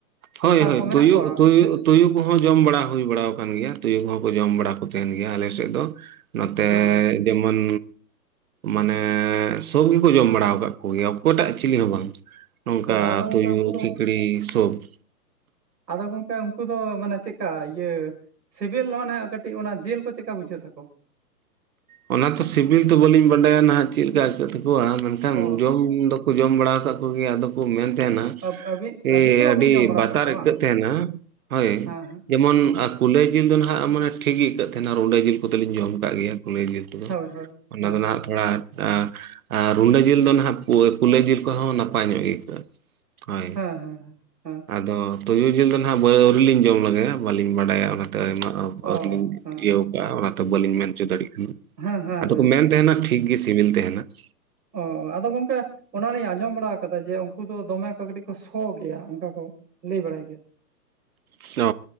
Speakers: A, on the right; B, on the right.
A: ᱦᱳᱭ
B: ᱚᱱᱠᱟ
A: ᱦᱳᱭ,
B: ᱠᱚ ᱢᱮᱱᱟᱜ
A: ᱛᱩᱭᱩ
B: ᱠᱚᱣᱟ
A: ᱛᱩᱭᱩ
B: ᱦᱮᱸ
A: ᱛᱩᱭᱩ ᱠᱚᱦᱚᱸ ᱡᱚᱢ ᱵᱟᱲᱟ ᱦᱩᱭ ᱵᱟᱲᱟ ᱟᱠᱟᱱ ᱜᱮᱭᱟ ᱾ ᱛᱩᱭᱩ ᱠᱚᱦᱚᱸ ᱠᱚ ᱡᱚᱢ ᱵᱟᱲᱟ ᱠᱚ ᱛᱟᱦᱮᱱ ᱜᱮᱭᱟ ᱟᱞᱮ ᱥᱮᱫ ᱫᱚ ᱾ ᱱᱚᱛᱮᱻ
B: ᱦᱮᱸ
A: ᱡᱮᱢᱚᱱ ᱢᱟᱱᱮ ᱥᱚᱵ ᱜᱮᱠᱚ ᱡᱚᱢ ᱵᱟᱲᱟ ᱟᱠᱟᱫ ᱠᱚᱜᱮᱭᱟ ᱚᱠᱚᱭᱴᱟᱜ ᱪᱤᱞᱤ ᱦᱚᱸ ᱵᱟᱝ ᱾ ᱱᱚᱝᱠᱟ
B: ᱚ ᱟᱫᱚ ᱜᱚᱝᱠᱮ
A: ᱛᱩᱭᱩ
B: ᱩᱱᱠᱩ ᱫᱚ
A: ᱠᱷᱤᱠᱲᱤ ᱥᱚᱵ ᱾
B: ᱟᱫᱚ ᱜᱚᱝᱠᱮ ᱩᱱᱠᱩ ᱫᱚ ᱢᱟᱱᱮ ᱪᱮᱫᱠᱟ ᱤᱭᱟᱹ ᱥᱤᱵᱤᱞ ᱢᱟᱱᱮ ᱠᱟᱹᱴᱤᱡ ᱚᱱᱟ ᱡᱤᱞ ᱠᱚ ᱪᱮᱜᱠᱟ ᱵᱩᱡᱷᱟᱹᱜ ᱛᱟᱠᱚ?
A: ᱚᱱᱟ ᱛᱚ ᱥᱤᱵᱤᱞ ᱫᱚ ᱵᱟᱹᱞᱤᱧ ᱵᱟᱰᱟᱭᱟ ᱱᱟᱦᱟᱜ ᱪᱮᱫ ᱞᱮᱠᱟ ᱟᱹᱭᱠᱟᱹᱜ ᱛᱟᱠᱚᱣᱟ ᱢᱮᱱᱠᱷᱟᱱ
B: ᱚ
A: ᱡᱚᱢ ᱫᱚᱠᱚ ᱡᱚᱢ ᱵᱟᱲᱟ ᱟᱠᱟᱜ ᱠᱚᱜᱮᱭᱟ ᱾ ᱟᱫᱚ ᱠᱚ ᱢᱮᱱ ᱛᱟᱦᱮᱱᱟ
B: ᱟᱵ- ᱟᱹᱵᱤᱱ
A: ᱮ
B: ᱟᱹᱵᱤᱱ ᱫᱚ ᱵᱟᱹᱵᱤᱱ
A: ᱟᱹᱰᱤ
B: ᱡᱚᱢ ᱵᱟᱲᱟ
A: ᱵᱟᱛᱟᱨ
B: ᱠᱟᱜ ᱠᱚᱣᱟ
A: ᱟᱹᱭᱠᱟᱹᱜ ᱛᱟᱦᱮᱱᱟ ᱦᱳᱭ
B: ᱵᱟᱝ
A: ᱾
B: ᱦᱮᱸ ᱦᱮᱸ
A: ᱡᱮᱢᱚᱱ
B: ᱦᱮᱸ
A: ᱠᱩᱞᱟᱹᱭ ᱡᱤᱞ ᱫᱚ ᱱᱟᱦᱟᱜ ᱢᱟᱱᱮ ᱴᱷᱤᱠ ᱜᱮ ᱟᱹᱭᱠᱟᱹᱜ ᱛᱟᱦᱮᱱᱟ᱾ ᱨᱩᱸᱰᱟᱹ ᱡᱤᱞ ᱠᱚᱫᱚᱞᱤᱧ ᱡᱚᱢ ᱟᱠᱟᱫ ᱜᱮᱭᱟ ᱾ ᱠᱩᱞᱟᱹᱭ ᱡᱤᱞ ᱠᱚᱫᱚ
B: ᱦᱳᱭ ᱦᱳᱭ
A: <inaudible> ᱚᱱᱟ
B: ᱦᱮᱸ
A: ᱫᱚ ᱱᱟᱦᱟᱜ ᱛᱷᱚᱲᱟ, ᱟ ᱨᱩᱸᱰᱟᱹ ᱡᱤᱞ ᱫᱚ ᱱᱟᱦᱟᱜ ᱠᱩᱞᱟᱹᱭ ᱡᱤᱞ ᱠᱚᱦᱚᱸ ᱱᱟᱯᱟᱭ ᱧᱚᱜ ᱜᱮ ᱟᱹᱭᱠᱟᱹᱜᱼᱟ ᱾ ᱦᱳᱭ ᱾ <inaudible>
B: ᱦᱮᱸ ᱦᱮᱸ ᱦᱮᱸ ᱦᱮᱸ
A: ᱟᱨ ᱟᱫᱚ ᱛᱩᱭᱩ ᱡᱤᱞ ᱫᱚ ᱱᱟᱦᱟᱜ ᱟᱹᱣᱨᱤ ᱞᱤᱧ ᱡᱚᱢ ᱞᱮᱜᱟᱭᱟ ᱵᱟᱞᱤᱧ ᱵᱟᱰᱟᱭᱟ ᱾ ᱚᱱᱟᱛᱮ ᱟᱭᱢᱟ
B: ᱚ
A: ᱟᱹᱣᱨᱤ ᱞᱤᱧ
B: ᱚ ᱦᱮᱸ
A: ᱤᱭᱟᱹᱣ ᱠᱟᱜᱼᱟ ᱾ ᱚᱱᱟ ᱛᱮ ᱵᱟᱹᱞᱤᱧ ᱢᱮᱱ ᱦᱚᱪᱚ ᱫᱟᱲᱮᱭᱟᱜ ᱠᱟᱱᱟ
B: ᱦᱮᱸ
A: ᱾ <inaudible>
B: ᱦᱮᱸ
A: ᱟᱫᱚ
B: ᱦᱮᱸ
A: ᱠᱚ ᱢᱮᱱ
B: ᱦᱮᱸ
A: ᱛᱟᱦᱮᱱᱟ ᱴᱷᱤᱠ ᱜᱮ ᱥᱤᱵᱤᱞ ᱛᱟᱦᱮᱱᱟ ᱾
B: ᱚ-ᱚ ᱾ᱟᱫᱚ ᱜᱚᱝᱠᱮ ᱚᱱᱟᱞᱤᱧ ᱟᱸᱡᱚᱢ ᱵᱟᱲᱟ ᱟᱠᱟᱫᱟ, ᱡᱮ ᱩᱱᱠᱩ ᱫᱚ ᱫᱚᱢᱮ ᱠᱚ ᱠᱟᱹᱴᱤᱡ ᱠᱚ ᱥᱚ ᱜᱮᱭᱟ ᱚᱱᱠᱟ ᱠᱚ ᱞᱟᱹᱭ ᱵᱟᱲᱟᱭ ᱜᱮᱭᱟ ᱾
A: ᱥᱚᱻ